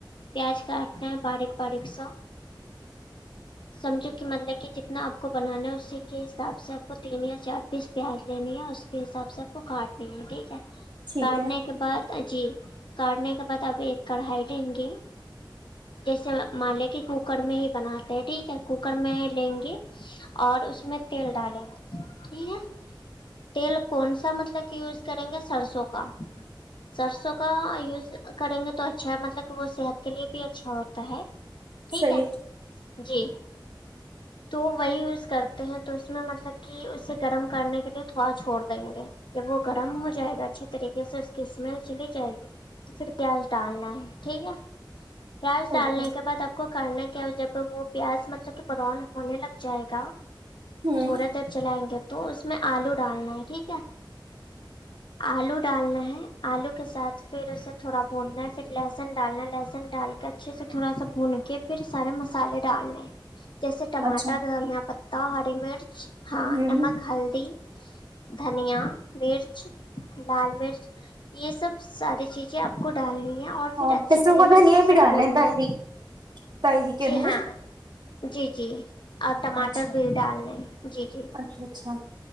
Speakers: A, on the left; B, on the right.
A: پیاز کاٹنا ہے باریک باریک سا سمجھو کہ مطلب کہ جتنا آپ کو بنانا ہے اسی کے حساب سے آپ کو تین یا چار پیس پیاز لینی ہے اس کے حساب سے آپ کو کاٹنی ہے ٹھیک ہے
B: ٹھیک
A: کاٹنے
B: ہے
A: کے بعد جی کارنے بعد اب ایک کڑھائی لیں گے جیسے مالے کے کوکر میں ہی بناتے ہیں ٹھیک ہے کوکر میں لیں گے اور اس میں تیل ڈالیں گے ٹھیک ہے تیل کون سا مطلب کہ یوز کریں گے سرسوں کا سرسوں کا یوز کریں گے تو اچھا مطلب کہ وہ صحت کے لیے بھی اچھا ہوتا ہے ٹھیک
B: صحیح
A: ہے جی تو وہی یوز کرتے ہیں تو اس میں مطلب کہ اسے گرم کرنے کے لیے تھوڑا چھوڑ دیں گے جب وہ گرم ہو جائے گا اچھے طریقے سے اس کی اسمیل چلی جائے گی تو پھر کیا حل چالنا ٹھیک ہے کیا چالنے
B: اوکے
A: کے بد آپ کو کرنا کیا جب وہ پیاز مطلب کہ پرون ہونے لگ جائے گا
B: ہوں
A: تھوڑا دیر چلائیں گے تو اس میں آلو ڈالنا ہے ٹھیک ہے آلو ڈالنا ہے آلو کے ساتھ پھر اسے تھوڑا بوننا ہے پھر لہسن ڈالنا ہے لہسن ڈال کے اچھے سے تھوڑا سا بھن کے پھر سارے مسالے ڈالنے جیسے ٹماٹر
B: اچھا
A: ہم یہاں تو ہری میر ہاں
B: ہوں
A: نمک ہلدی دھنیا مرچ لال مرچ یہ سب ساری چیزیں جی آپ کو ڈالنی اور پھر
B: ہاں
A: اچھے
B: پستا
A: طریقے
B: ہوا دھنیا
A: سے اسے
B: بھی ڈالنا
A: بھونڈنا
B: تاہری
A: ہے
B: تاہری کے
A: جی
B: اندر
A: ہاں جی جی اور ٹماٹر
B: اچھا
A: بھی ڈال لیں جی جی
B: اچھا اچھا